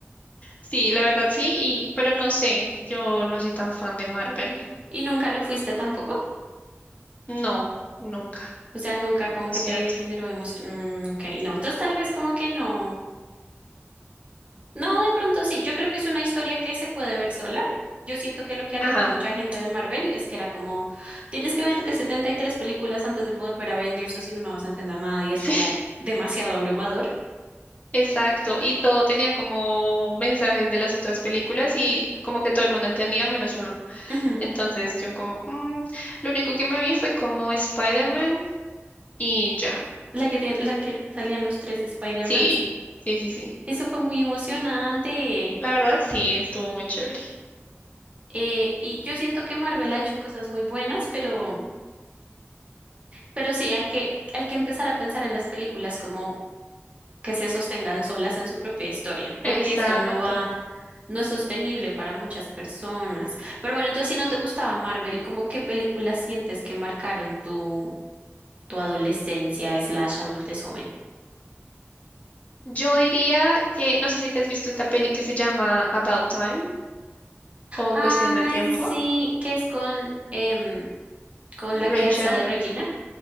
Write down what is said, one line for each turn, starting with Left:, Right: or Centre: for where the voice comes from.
Left: sí, la verdad sí, y, pero no sé, yo no soy tan fan de Marvel.
Right: ¿Y nunca lo fuiste tampoco?
Left: No, nunca,
Right: O sea, nunca como
Left: lo
Right: que
Left: siento.
Right: te generó emoción. Mm, ok, no. Entonces tal vez como que no. No, de pronto sí, yo creo que es una historia que se puede ver sola. Yo siento que lo que alejó
Left: Ajá,
Right: a mucha gente de Marvel es que era como, tienes que verte 73 películas antes de poder ver Avengers o si no, no vas a entender nada y es
Left: sí,
Right: como demasiado abrumador.
Left: <laughs> exacto. Y todo tenía como mensajes de las otras películas y como que todo el mundo entendía menos uno.
Right: Ujú.
Left: Entonces yo como, "Mm". lo único que me vi fue como Spider-Man y ya.
Right: La que tiene- la que salían los tres Spider-Mans.
Left: Sí, sí, sí, sí.
Right: Eso fue muy emocionante.
Left: La verdad, sí, estuvo muy chévere.
Right: Eh, y yo siento que Marvel ha hecho cosas muy buenas, pero, pero sí hay que, hay que empezar a pensar en las películas como que se sostengan solas en su propia historia, porque
Left: Exacto.
Right: esto no va no es sostenible para muchas personas. Pero bueno, entonces si no te gustaba Marvel, ¿cómo qué películas sientes que marcaron tu, tu adolescencia slash adultez joven?
Left: Yo diría que, no sé si te has visto esta peli que se llama About Time o
Right: Ay,
Left: Cuestión de Tiempo,
Right: sí, que es con, em, con
Left: Rachel.
Right: la que hace de Regina,